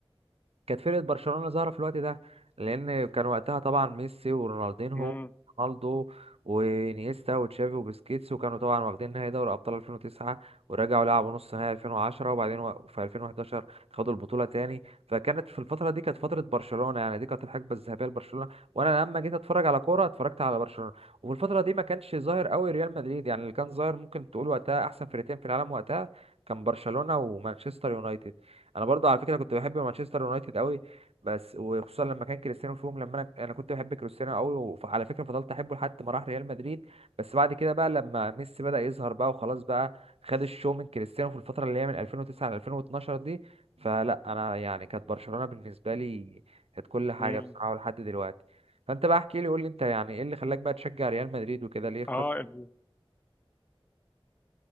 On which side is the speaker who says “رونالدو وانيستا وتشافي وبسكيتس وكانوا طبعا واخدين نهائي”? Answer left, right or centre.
Right